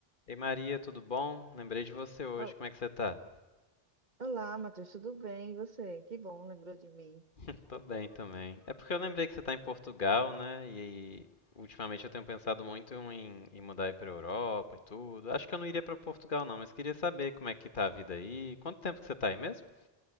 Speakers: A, on the left; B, on the right.
A: Ei Maria, tudo bom? Lembrei de você hoje,
B: Ol-
A: como é que você tá?
B: Olá, Matheus, tudo bem? E você? Que bom, lembrou de mim.
A: <laughs> Tô bem também. É porque eu lembrei que você tá em Portugal, né? E ultimamente eu tenho pensado muito em, em mudar aí pra Europa e tudo. Acho que eu não iria pra Portugal não, mas queria saber como é que tá a vida aí. Quanto tempo que você tá aí mesmo?